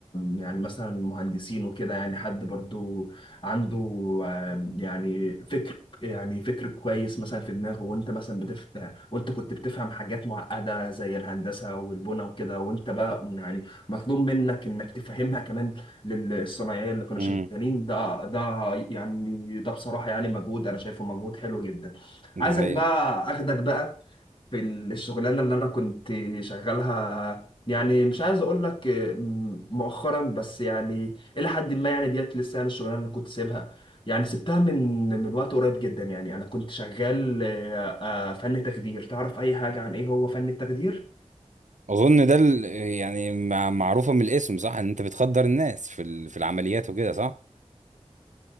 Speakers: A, on the left; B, on the right.
A: يعني مثلا مهندسين وكده يعني حد برضه عنده آه، يعني فكر يعني فكر كويس مثلا في دماغه وانت مثلا بتفهم وانت كنت بتفهم حاجات معقده زي الهندسه والبنى وكده وانت بقى يعني مطلوب منك انك تفهمها كمان للصنايعيه اللي كانوا
B: امم
A: شغالين ده ده يعني ده بصراحه يعني مجهود انا شايفه مجهود حلو جدا
B: ده
A: عايزك
B: حقيقة
A: بقى اخدك بقى في الشغلانه اللي انا كنت شغالها يعني مش عايز اقول لك آه، مؤخرا بس يعني الى حد ما يعني ديت لسه يعني الشغلانه اللي كنت سيبها يعني سبتها من من وقت قريب جدا يعني انا كنت شغال آه، آه، فن تخدير تعرف اي حاجه عن ايه هو فن التخدير
B: اظن ده ال- يعني مع- معروفة من الاسم صح ان انت بتخدر الناس في ال- في العمليات وكده صح